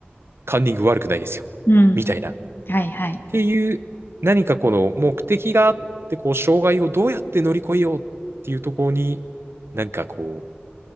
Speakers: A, on the right (about 80°); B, on the left (about 60°).
A: カンニング悪くないですよ。
B: うん
A: みたいな。っ
B: はい、はい。
A: ていう、何かこの目的があって、こう、障害をどうやって乗り越えようっていうところに、なんかこ